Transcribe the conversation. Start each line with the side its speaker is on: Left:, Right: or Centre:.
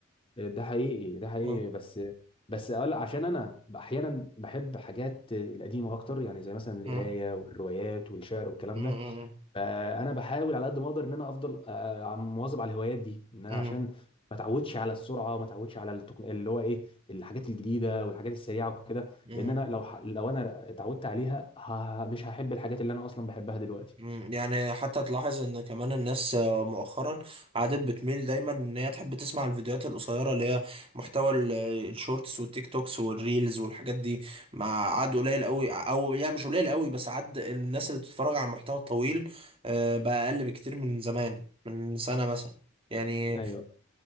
Left: ده حقيقي ده حقيقي
Right: مم.
Left: بس بس اقول عشان انا احيانا بحب حاجات القديمه اكتر يعني زي مثلا
Right: مم.
Left: القرايه والروايات والشعر والكلام
Right: مم.
Left: ده فانا بحاول على قد ما اقدر ان انا افضل أ- أ- مواظب على الهوايات دي ان انا
Right: مم.
Left: عشان ما اتعودش على السرعه وما اتعودش على التك... اللي هو ايه الحاجات الجديده والحاجات السريعه وكده
Right: مم.
Left: لان انا لو ح... لو انا اتعودت عليها ه... مش هحب الحاجات اللي انا اصلا بحبها دلوقتي
Right: مم، يعني حتى تلاحظ ان كمان الناس آه، مؤخرا عادت بتميل دايما ان هي تحب تسمع الفيديوهات القصيره اللي هي محتوى ال- الشورتس والتيك توكس والريلز والحاجات دي مع عاد قليل قوي او يعني مش قليل قوي بس عاد الناس اللي بتتفرج على المحتوى الطويل آه، بقى اقل بكتير من زمان من سنه مثلا يعني
Left: ايوه